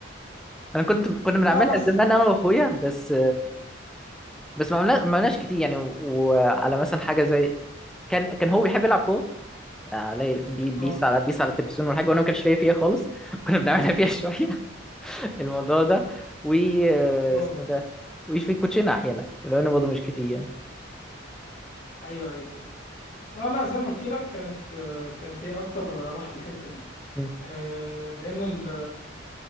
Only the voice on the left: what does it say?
لا بس
اه
اه
ايوه ايوه اه لا زي ما قلت لك كانت آه، كانت هي اكتر راحه الحته دي
آه، لان ال